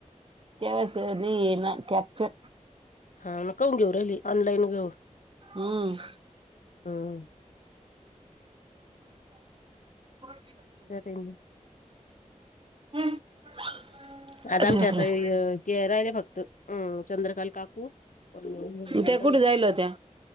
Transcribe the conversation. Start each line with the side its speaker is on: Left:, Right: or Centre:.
Right: तेव्हास नहीं हेना कॅपचर
Left: हा मग काऊन घेऊ रहिली ऑनलाईन घेऊ
Right: हम्म
Left: हम्म.
Right: <inaudible>
Left: <inaudible>
Right: <inaudible>
Left: <inaudible> आज
Right: अरे
Left: आमच्या
Right: बापरे.
Left: तर य ते राहिले फक्त हम् चंद्रकाल काकू अन्
Right: त्या कुठे
Left: <unintelligible>
Right: जायला होत्या.